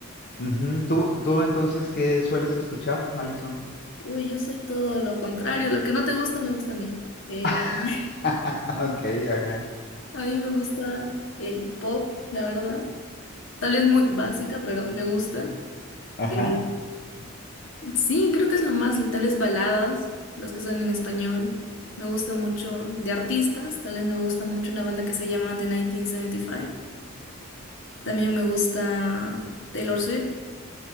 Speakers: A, on the left; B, on the left.
A: Ujú, ¿Tú, tú entonces qué sueles escuchar, Alison?
B: Uy, yo soy todo lo contrario. Lo que no te gusta, me gusta a mí. Eh,
A: <laughs>
B: <laughs>
A: Ok, ajá.
B: a mí me gusta el pop, la verdad. Tal vez muy básica, pero me gusta.
A: Ajá.
B: Eh, Sí, creo que es lo más, tal vez baladas, los que son en español. Me gusta mucho de artistas, tal vez me gusta mucho una banda que se llama The 1975. También me gusta Taylor Swift,